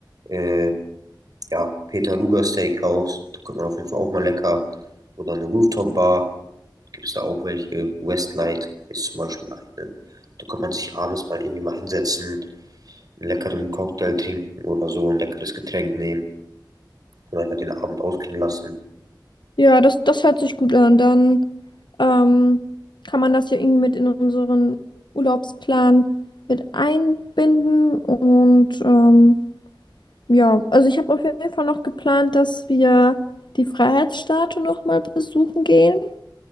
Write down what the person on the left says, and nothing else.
Ja, das, das hört sich gut an. Dann ähm, kann man das hier irgendwie mit in unseren Urlaubsplan mit einbinden. Und ähm, ja, also ich habe auf jeden Fall noch geplant, dass wir die Freiheitsstatue nochmal besuchen gehen.